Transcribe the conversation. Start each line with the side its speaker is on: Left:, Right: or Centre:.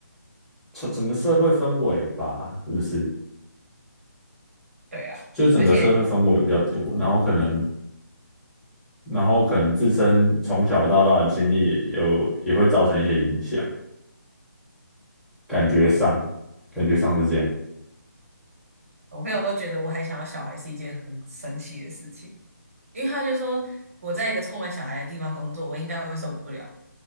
Centre: 整整个社会氛围吧，是不是？
Right: 对啦，
Centre: 就整个社会氛围比较多，
Right: 而且
Centre: 然后可能，然后可能自身从小到大的经历也有也会造成一些影响。感觉上，感觉上是这样。
Right: 我朋友都觉得我还想要小孩是一件很神奇的事情，因为他就说我在一个充满小孩的地方工作，我应该会受不了。